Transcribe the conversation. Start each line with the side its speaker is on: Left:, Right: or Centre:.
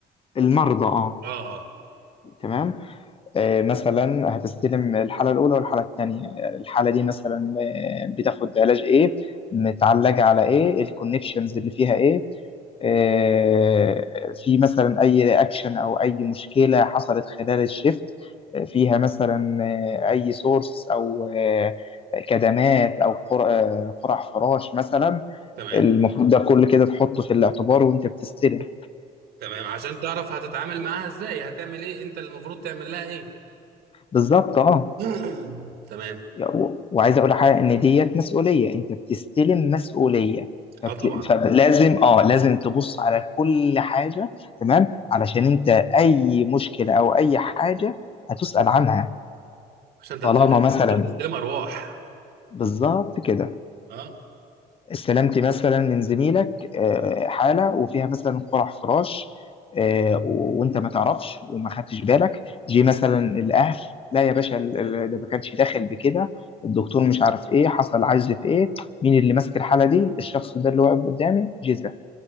Left: المرضى أه
Right: اه اه
Left: تمام آه، مثلا هتستلم الحالة الأولى والحالة الثانية الحالة دي مثلا آه، بتاخد علاج إيه متعلجة على إيه الكونكشنز اللي فيها إيه آه، في مثلا أي رياكشن أو أي مشكلة حصلت خلال الشيفت آه، فيها مثلا آه، أي سورس أو آه، كدمات أو قر- آه، قرع فراش مثلا
Right: تمام
Left: المفروض ده كل كده تحطه في الاعتبار وأنت بتستلم
Right: تمام عشان تعرف هتتعامل معاها ازاي هتعمل ايه انت المفروض تعمل لها ايه
Left: بالظبط أه
Right: <clears throat> تمام
Left: و- وعايز اقول حاجه ان ديت مسؤوليه انت بتستلم مسؤوليه فبت...
Right: اه طبعا
Left: فلازم اه لازم تبص على كل حاجه تمام علشان انت اي مشكله او اي حاجه هتسال عنها
Right: عشان انت
Left: طالما
Right: بت...
Left: مثلا
Right: انت بتستلم ارواح
Left: بالظبط كده
Right: اه
Left: استلمت مثلا من زميلك آه، حاله وفيها مثلا قرح فراش آه، و- وانت ما تعرفش وما خدتش بالك جه مثلا الاهل لا يا باشا ال- ال- ده ما كانش داخل بكده الدكتور مش عارف ايه حصل عجز في ايه مين اللي ماسك الحاله دي الشخص ده اللي واقف قدامي جزا